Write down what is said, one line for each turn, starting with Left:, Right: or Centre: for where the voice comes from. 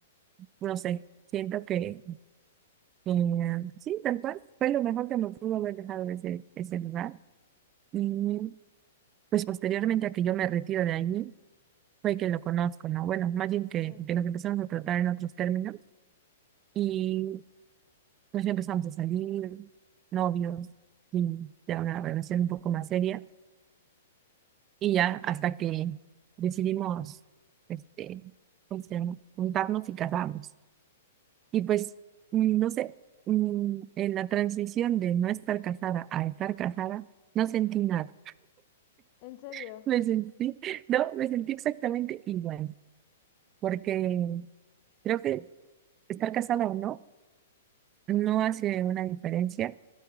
Right: no sé, siento que, que, sí, tal cual, fue lo mejor que me pudo haber dejado ese, ese lugar. Y pues posteriormente a que yo me retiro de allí, fue que lo conozco, ¿no? Bueno, más bien que,
Left: Sí.
Right: que nos empezamos a tratar en otros términos y pues ya empezamos a salir, novios, y ya una relación un poco más seria. Y ya hasta que decidimos, este, ¿cómo se llama? Juntarnos y casarnos. Y pues, mm, no sé, mm, en la transición de no estar casada a estar casada, no sentí nada.
Left: ¿En serio?
Right: <laughs> Me sentí, no, me sentí exactamente igual porque creo que estar casada o no no hace una diferencia,